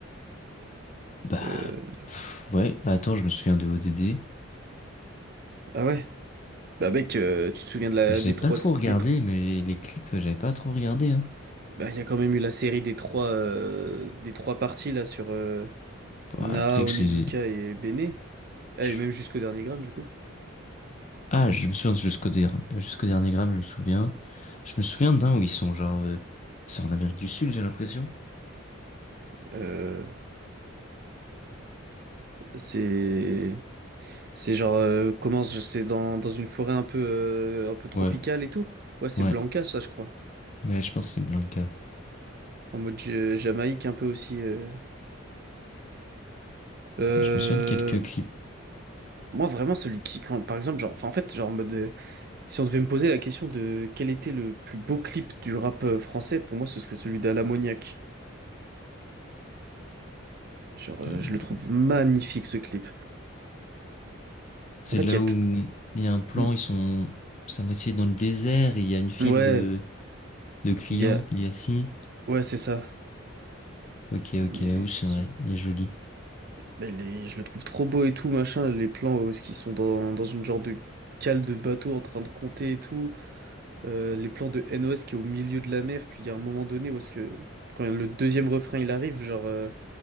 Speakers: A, on the left (about 35°); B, on the right (about 50°).
A: Bah,
B: Euh,
A: pff, ouais, bah attends, je me souviens de ODD.
B: Ah ouais? Bah mec, euh, tu te souviens de la
A: Mais j'ai
B: des
A: pas
B: trois
A: trop regardé,
B: des trois.
A: mais les clips, j'avais pas trop regardé, hein.
B: Bah il y a quand même eu la série des trois euh, des trois parties là sur euh,
A: Bah,
B: Na,
A: tu sais
B: Onizuka
A: que j'ai...
B: et Bene. Ah,
A: je-
B: et même jusqu'au dernier gramme du coup.
A: Ah, je me souviens jusqu'au der- jusqu'au dernier gramme, je me souviens. Je me souviens d'un où ils sont genre... euh, C'est en Amérique du Sud, j'ai l'impression.
B: Euh, c'est c'est genre euh, comment je- c'est dans, dans une forêt un peu euh, un peu tropicale
A: Ouais,
B: et tout. Ouais, c'est
A: ouais.
B: Blanca ça je crois.
A: Ouais, je pense que c'est Blanca.
B: En mode Ja- Jamaïque un peu aussi. euh. Euh,
A: Ouais, Je me souviens de quelques clips.
B: Moi, vraiment, celui qui, quand, par exemple, genre, enfin, en fait, genre, en mode, euh, si on devait me poser la question de quel était le plus beau clip du rap euh, français, pour moi, ce serait celui d'Alamoniac. Genre, euh,
A: Hmm,
B: je le trouve magnifique, ce clip.
A: C'est
B: En fait,
A: là
B: il y a tout.
A: où il y a un plan,
B: Mm.
A: ils sont... C'est à moitié dans le désert, et il y a une file
B: Ouais,
A: de, de clients,
B: il y a,
A: il y a si.
B: ouais, c'est ça.
A: Ok, ok,
B: Ils
A: où c'est
B: sont,
A: vrai, il est joli.
B: mais les- je le trouve trop beau et tout, machin. Les plans où ils sont dans, dans une genre de cale de bateau en train de compter et tout. Euh, les plans de NOS qui est au milieu de la mer. Puis il y a un moment donné où est-ce que, quand le deuxième refrain il arrive, genre. euh,